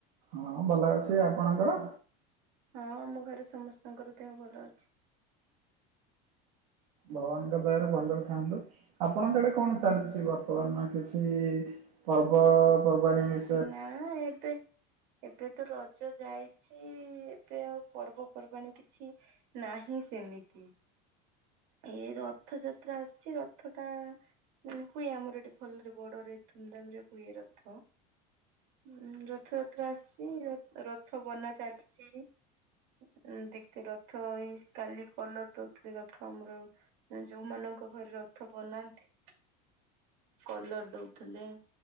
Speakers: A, on the right (about 80°); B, on the right (about 60°).
A: ହଁ ଭଲ ଅଛି, ଆପଣଙ୍କର?
B: ହଁ, ଆମ ଘରେ ସମସ୍ତଙ୍କର ଦେହ ଭଲ ଅଛି।
A: ଭଗବାନଙ୍କ ଦୟା ରେ ଭଲରେ ଥାନ୍ତୁ, ଆପଣଙ୍କଆଡେ କଣ ଚାଲିଛି ବର୍ତ୍ତମାନ କିଛି? ପର୍ବପର୍ବାଣି ମିଶି
B: ନାଇ ଏବେ ଏବେ ତ ରଜ ଯାଇଛି, ଏବେ ଆଉ ପର୍ବପର୍ବାଣି କିଛି ନାହିଁ ସେମିତି। ଏ ରଥଯାତ୍ରା ଆସୁଛି, ରଥ ଟା ମାନେ ହୁଏ, ଆମର ଏଠି ଭଲରେ ବଡରେ ଧୁମଧାମ ରେ ହୁଏ ରଥ। ହଁ ରଥଯାତ୍ରା ଆସିଛି, ରଥ ବନା ଚାଲିଛି। ଉ ଦେଖଥିଲ ରଥ ଏଇ କାଲି କଲର ଦଉଥିଲି ରଥ। ଆମର ଯୋଉମାନଙ୍କ ଘରେ ରଥ ବନାନ୍ତି? କଲର ଦଉଥିଲେ,